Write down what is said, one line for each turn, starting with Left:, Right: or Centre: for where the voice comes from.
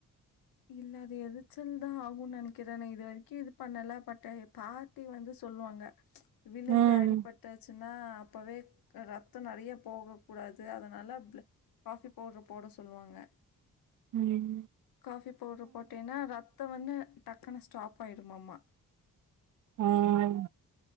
Left: இல்ல அது எரிச்சல் தா ஆகும்னு நினைக்கிற நா இது வரைக்கும் இது பண்ணல பட் பாட்டி வந்து சொல்லுவாங்க விலுந்து
Right: ம்
Left: அடிபாட்டாச்சுன்னா அப்பவே ரத்தோ நெறைய போக கூடாது அதனால காபி பவுடர் போட சொல்லுவாங்க
Right: உம்
Left: காஃபி பவுடரு போட்டின்னா ரத்தம் வந்து டக்குனு ஸ்டாப் ஆய்டுமாமா
Right: உஹ்